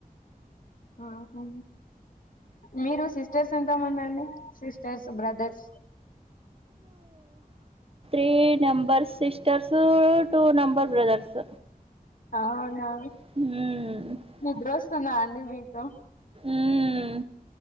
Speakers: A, on the left; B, on the right.
A: ఆహా మీరు సిస్టర్స్ ఎంతమందండి sisters brothers
B: three number sisters two number brothers
A: అవ్నా
B: ఉ
A: నిద్రోస్తుందా అండి మీకు
B: ఉమ్